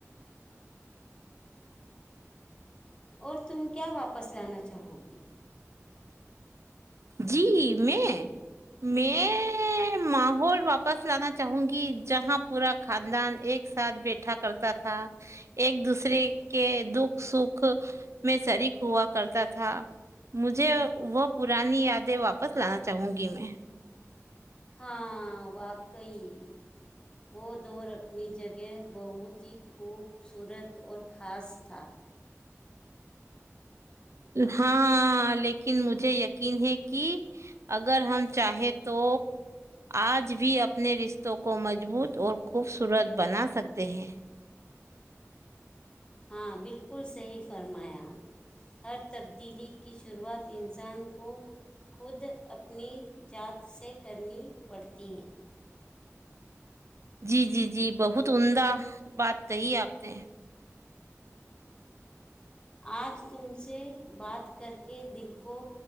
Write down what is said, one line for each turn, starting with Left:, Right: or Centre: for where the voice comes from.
Left: اور تم کیا واپس لانا چاہو گی
Right: جی میں میں ماحول واپس لانا چاہوں گی جہاں پورا خاندان ایک ساتھ بیٹھا کرتا تھا ایک دوسرے کے دکھ سکھ میں شریک ہوا کرتا تھا مجھے وہ پرانی یادیں واپس لانا چاہوں گی میں
Left: ہاں واقعی وہ دور اپنی جگہ بہت ہی خوبصورت اور خاص تھا
Right: ہاں لیکن مجھے یقین ہے کہ اگر ہم چاہیں تو آج بھی اپنے رشتوں کو مضبوط اور خوبصورت بنا سکتے ہیں
Left: ہاں بالکل صحیح فرمایا ہر تبدیلی کی شروعات انسان کو خود اپنی ذات سے کرنی پڑتی ہے
Right: جی جی جی بہت عمدہ بات کہی اپ نے
Left: آج تم سے بات کر کے دل کو